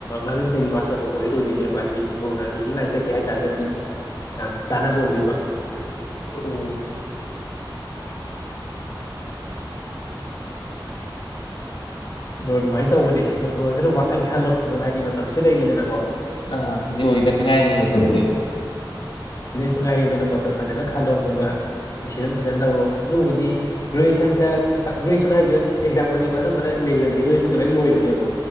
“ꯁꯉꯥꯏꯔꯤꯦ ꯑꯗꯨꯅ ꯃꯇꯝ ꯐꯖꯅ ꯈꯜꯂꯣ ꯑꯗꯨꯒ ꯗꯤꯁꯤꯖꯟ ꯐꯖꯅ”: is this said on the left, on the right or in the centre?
Left